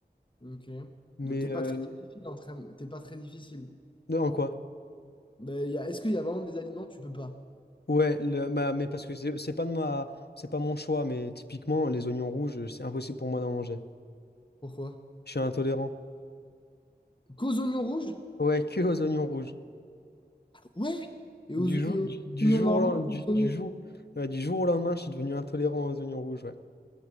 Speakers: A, on the left; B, on the left.
A: Ok.
B: Mais
A: Donc t'es pas
B: euh,
A: très difficile en train- T'es pas très difficile.
B: non, en quoi?
A: Mais y a- est-ce qu'il y a vraiment des aliments que tu peux pas?
B: Ouais, le- ma- mais parce que c'est c'est pas de ma, c'est pas mon choix, mais typiquement, les oignons rouges, c'est impossible pour moi d'en manger.
A: Pourquoi?
B: Je suis intolérant.
A: Qu'aux oignons rouges?
B: Ouais, que aux oignons rouges.
A: Ouais. Et aux,
B: Du jour,
A: et
B: du,
A: aux
B: du
A: oignons
B: jour
A: normaux?
B: au lendemain, du,
A: aux
B: du
A: oignons-
B: jour, ouais, du jour au lendemain, je suis devenu intolérant aux oignons rouges, ouais.